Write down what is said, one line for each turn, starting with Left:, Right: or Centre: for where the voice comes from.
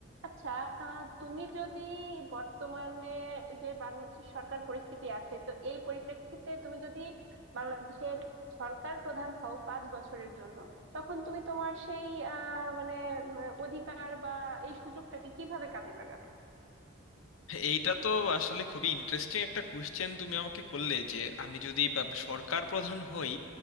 Right: আচ্ছা আহ, তুমি যদি বর্তমানে যে বাংলাদেশের সরকার পরিস্থিতি আছে তো এই পরিপ্রেক্ষিতে তুমি যদি বাংলাদেশের সরকার প্রধান হও পাঁচ বছরের জন্য তখন তুমি তোমার সেই আহ মানে উম, অধিকার বা এই সুযোগটাকে কিভাবে কাজে লাগাবে
Left: এইটা তো আসলে খুবই ইন্টারেস্টিং একটা কোশ্চেন তুমি আমাকে করলে যে আমি যদি বা- সরকার প্রধান হই